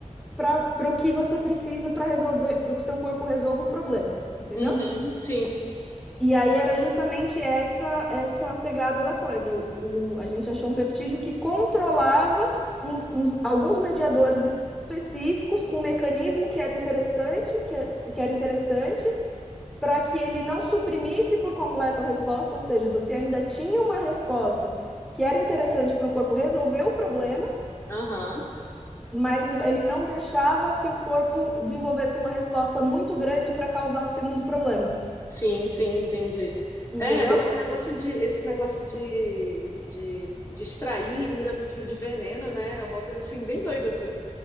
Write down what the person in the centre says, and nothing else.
para para o que você precisa para resolver, para que o seu corpo resolva o problema, entendeu?
E aí era justamente essa essa pegada da coisa. O, o- a gente achou um peptídeo que controlava um- uns- alguns mediadores específicos com um mecanismo que era interessante, que, é- que era interessante, para que ele não suprimisse por completo a resposta, ou seja, você ainda tinha uma resposta que era interessante para o corpo resolver o problema,
mas ele não deixava que o corpo desenvolvesse uma resposta muito grande para causar um segundo problema,
entendeu?